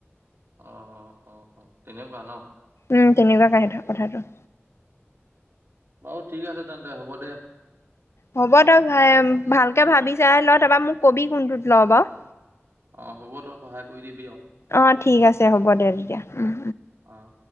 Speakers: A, on the right; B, on the left.
A: অ'অ'অ'অ 'তেনেকুৱা ন?
B: উম তেনেকুৱা কা সেইটো কথাটো।
A: বাৰু ঠিক আছে তেন্তে হ'ব দে।
B: হ'ব তই ভ ভালকে ভাবি চাই ল তাৰপৰা মোক কবি কোনটোত ল' বাও।
A: অ হ'ব তই সহায় কৰি দিবি আৰু
B: অঁ ঠিক আছে হ'ব দে তেতিয়া উম।
A: অঁ।